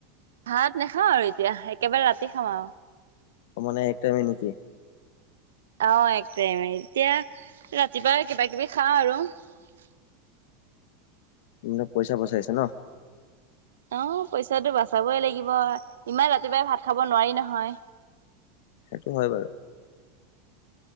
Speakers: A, on the right (about 70°); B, on the left (about 60°).
A: ভাত নাখাওঁ আৰু এতিয়া একেবাৰে ৰাতি খাম আৰু
B: মানে এক টাইম নেকি
A: অ একটাইম এতিয়া ৰাতিপুৱাই কিবা কিবি খাওঁ আৰু <unintelligible>
B: মানে পইচা বচাইছা ন?
A: অ পইচাটো বাচাবই লাগিব ইমান ৰাতিপুৱাই ভাত। খাব নোৱাৰি নহয়।
B: সেইটো হয় বাৰু।